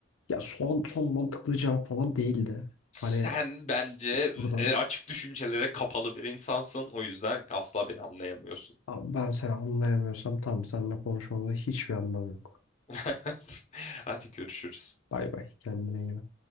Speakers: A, on the left; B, on the left.
A: Ya son son mantıklı cevap falan değildi.
B: Sen
A: Hani
B: bence
A: buradan
B: e, açık düşüncelere kapalı bir insansın. O yüzden asla beni anlayamıyorsun.
A: abi ben seni anlayamıyorsam tamam seninle konuşmamda hiçbir anlam yok.
B: <laughs> Hadi görüşürüz.
A: Bay bay kendine iyi bak.